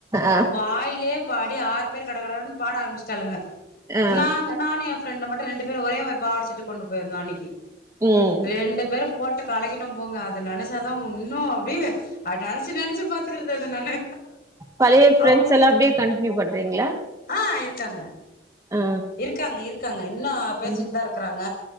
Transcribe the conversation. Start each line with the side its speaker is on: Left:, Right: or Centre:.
Right: ஆ
Left: வாயிலேயே பாடி ஆறு பேர் கட கடனு பாட ஆரம்பிச்சிட்டாளுங்க
Right: ஆ
Left: நாங்க நானும் ரெண்டு மட்டும் ரெண்டு பேரும் ஒரே மாரி பாவாட சட்ட கொண்டு போயிருந்தோம் அன்னைக்கு
Right: ம்
Left: ரெண்டு பேரும் போட்டு கலக்கிட்டோம் போங்க அது அதை நினைச்சாதான் இன்னும் அப்டியே அ நினைச்சு நினைச்சு பாத்துக்கறது அத நானு
Right: பழைய ஃப்ரரெண்ட்ஸ்
Left: அவ்ளோ
Right: எல்லாம் அப்டியே கன்டினியூ பண்றீங்களா
Left: ஆ இருக்காங்க
Right: ஆ
Left: இருக்காங்க இருக்காங்க இன்னும் பேசிட்டு
Right: ம்
Left: தான் இருக்கறாங்க